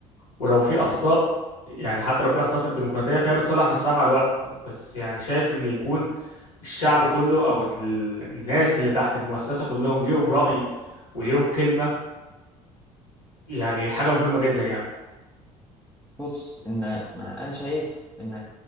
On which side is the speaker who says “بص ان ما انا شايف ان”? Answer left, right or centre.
Centre